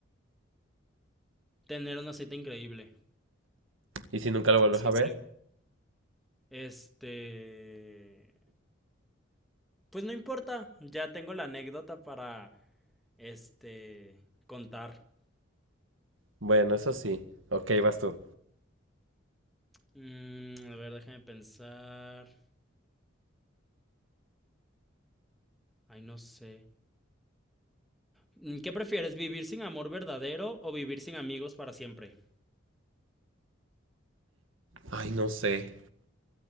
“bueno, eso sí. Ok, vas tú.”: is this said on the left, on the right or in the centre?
Right